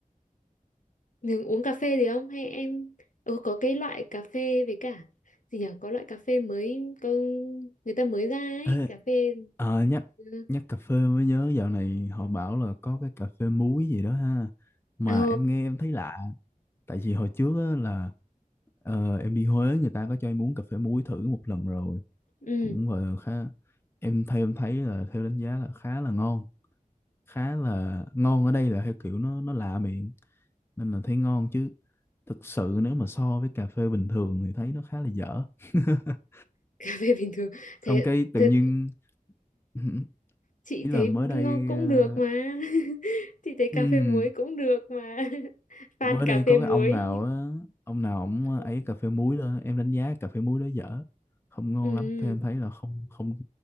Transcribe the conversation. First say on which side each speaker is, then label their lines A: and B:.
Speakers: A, on the left (about 65°); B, on the left (about 15°).
A: nhưng uống cà phê gì không hay em ừ có cái loại cà phê với cả gì nhỉ có loại cà phê mới có... người ta mới ra ấy
B: Ê,
A: cà phê
B: ờ, nhắc
A: ừ.
B: nhắc cà phê mới nhớ dạo này họ bảo là có cái cà phê muối gì đó ha mà
A: Ờ,
B: em nghe em thấy lạ tại vì hồi trước á, là ờ, em đi Huế người ta có cho em uống cà phê muối thử một lần rồi
A: ừ.
B: cũng gọi là khá em theo em thấy là theo đánh giá là khá là ngon khá là ngon ở đây là theo kiểu nó nó lạ miệng nên là thấy ngon chứ thực sự nếu mà so với cà phê bình thường thì thấy nó khá là dở <laughs>
A: <laughs> cà phê bình thường
B: xong
A: thế,
B: cái tự
A: thế
B: nhiên <laughs>
A: chị
B: ý là
A: thấy
B: mới
A: ngon
B: đây
A: cũng
B: ờ,
A: được mà <laughs> chị thấy cà
B: ừm,
A: phê muối cũng được mà <laughs> fan
B: mới
A: cà
B: đây có
A: phê muối
B: cái ông nào á ông nào ổng
A: ừ.
B: ấy cà phê muối lên em đánh giá cà phê muối đó dở không ngon
A: Ừ.
B: lắm thêm thấy là không không